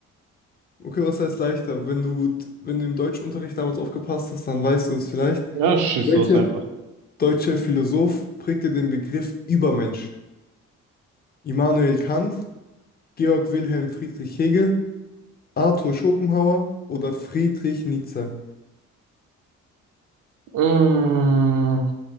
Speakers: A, on the left; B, on the right.
A: Okay, was heißt leichter? Wenn du, wenn du im Deutschunterricht damals aufgepasst hast, dann weißt du es vielleicht.
B: Ja, schieß
A: Welcher
B: los einfach.
A: deutsche Philosoph prägte den Begriff Übermensch? Immanuel Kant, Georg Wilhelm Friedrich Hegel, Arthur Schopenhauer oder Friedrich Nietzsche?
B: Mmh.